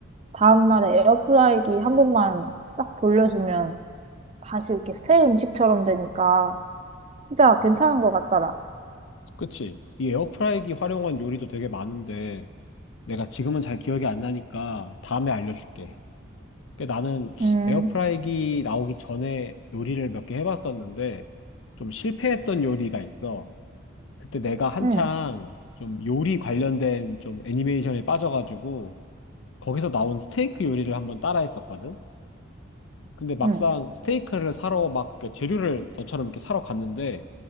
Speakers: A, on the right (about 30°); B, on the left (about 70°).
A: 다음날에 에어프라이기 한 번만 싹 돌려주면 다시 이렇게 새 음식처럼 되니까 진짜 괜찮은 것 같더라.
B: 그치? 이 에어프라이기 활용한 요리도 되게 많은데, 내가 지금은 잘 기억이 안 나니까 다음에 알려줄게. 근데 나는
A: 음,
B: 에어프라이기 나오기 전에 요리를 몇 개 해봤었는데, 좀 실패했던 요리가 있어. 그때 내가 한창
A: 응,
B: 좀 요리 관련된 좀 애니메이션에 빠져가지고, 거기서 나온 스테이크 요리를 한번 따라 했었거든? 근데 막상
A: 응,
B: 스테이크를 사러 막그 재료를 너처럼 이렇게 사러 갔는데,